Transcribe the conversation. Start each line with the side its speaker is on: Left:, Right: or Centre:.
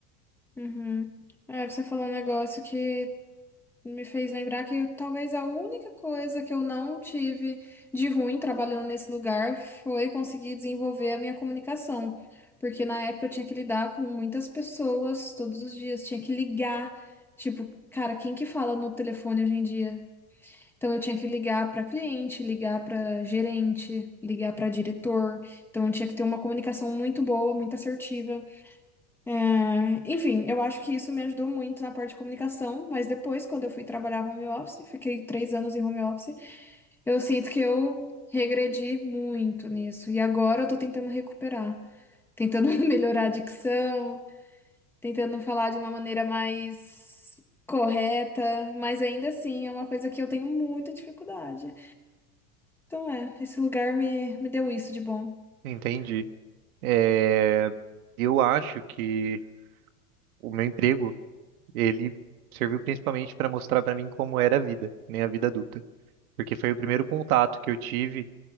Centre: uhum. É, você falou um negócio que Me fez lembrar que talvez a única coisa que eu não tive de ruim trabalhando nesse lugar foi conseguir desenvolver a minha comunicação. Porque na época eu tinha que lidar com muitas pessoas todos os dias, tinha que ligar. Tipo, cara, quem que fala no telefone hoje em dia? Então eu tinha que ligar para cliente, ligar para gerente, ligar para diretor. Então eu tinha que ter uma comunicação muito boa, muito assertiva. É, enfim, eu acho que isso me ajudou muito na parte de comunicação, mas depois, quando eu fui trabalhar home office, fiquei três anos em home office, eu sinto que eu regredi muito nisso. E agora eu tô tentando recuperar, tentando <laughs> melhorar a dicção, tentando falar de uma maneira mais correta, mas ainda assim é uma coisa que eu tenho muita dificuldade. Então é, esse lugar me, me deu isso de bom.
Right: Entendi. É, eu acho que o meu emprego, ele serviu principalmente para mostrar para mim como era a vida, né, a vida adulta, porque foi o primeiro contato que eu tive